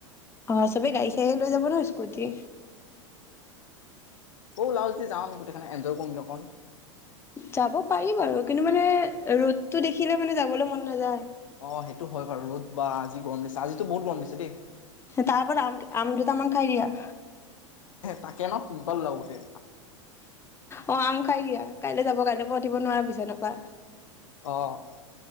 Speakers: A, on the left; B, on the left.
A: অহ, চবে গাড়ী চাড়ীয়ে লৈ যাব ন' স্কুটি?
B: তওঁ ওলাৱ যদি যাম গোটেইখিনি, এঞ্জয় কৰোঁগে অকণ।
A: যাব পাৰি বাৰু কিন্তু মানে ৰ'দটো দেখি দেখিলে মানে যাবলৈ মন নাযায়।
B: অ' সেইটো হয় বাৰু ৰ'দ! বাঁ আজি গৰম দিছে, আজিতো বহুত গৰম দিছে দেই।
A: তাৰ উপৰত আম দুটামান খাই দিয়া।
B: তাকে ন পিম্পল আও গোটে
A: অ' আম খাই দিয়া! কাইলৈ যাব কাইলৈ পৰা উঠিব নোৱাৰা বিছনা তেনেকুৱা।
B: অ'।